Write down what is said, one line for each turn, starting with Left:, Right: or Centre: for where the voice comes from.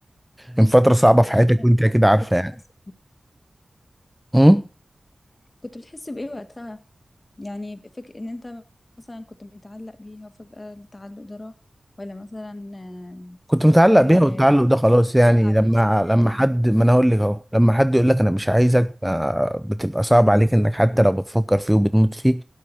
Centre: من فترة صعبة في
Left: يعني
Centre: حياتك وانت اكيد عارفة
Left: كنت بتحس
Centre: يعني امم
Left: كنت بتحس بايه وقتها يعني فكر ان انت مثلا كنت متعلق بيها وفجاه التعلق ده راح ولا مثلا آم،
Centre: كنت متعلق
Left: آه،
Centre: بيها والتعلق ده خلاص
Left: انت صعبان
Centre: يعني
Left: عليك
Centre: لما
Left: الذكريات
Centre: لما حد ما انا اقول لك اهو لما حد يقول لك انا مش عايزك آه، بتبقى صعب عليك انك حتى لو بتفكر فيه وبتموت فيه